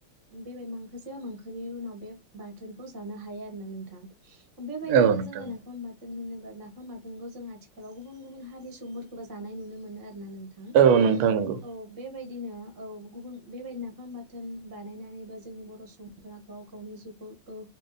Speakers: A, on the right; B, on the right.
A: बेबे मांखोसेबा मांखोनैनि उनाव बे बाथोन खौ जानो हायो आरोना नोंथां। बेबायदिनो
B: औ नोंथां
A: जोङो नाफाम बा थोन होनोबा ना फाम बाथोनखौ जों आथिखालाव गुबुन गुबुन हारिनि सुबुं फोरखोबो जानाय नुनो मोनो आरो। ना नोंथां
B: औ नोंथां नंगौ
A: औ बे बायदिनो औ गुबुन बेबायदि नाफाम बाथोन बानायनानैबो जोंनि बर' सुबुंफोरा गाव गावनि जिउखौ ओ